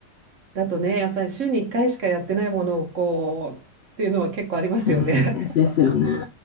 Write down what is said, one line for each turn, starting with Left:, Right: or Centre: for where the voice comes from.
Right: だとね、やっぱり週に1回しかやってないものをこうっていうのは結構ありますよね。
Left: うんですよね。